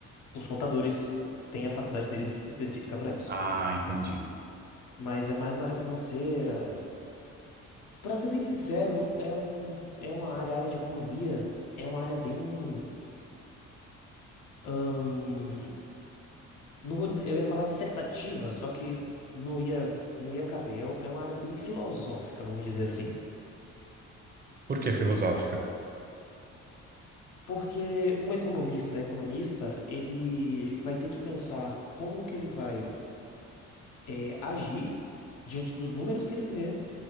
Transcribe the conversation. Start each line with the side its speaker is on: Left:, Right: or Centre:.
Left: os contadores têm a faculdade deles específica para isso.
Right: Ah, entendi.
Left: mas é mais na área financeira. Pra ser bem sincero, é um, é uma área, a área de economia, é uma área bem, hum, não vou dizer, eu ia falar dissertativa, só que não ia, não ia caber. É um- é uma área bem filosófica, vamos dizer assim.
Right: Por que filosófica?
Left: Porque um economista, economista, ele vai ter que pensar como que ele vai, eh, agir diante dos números que ele vê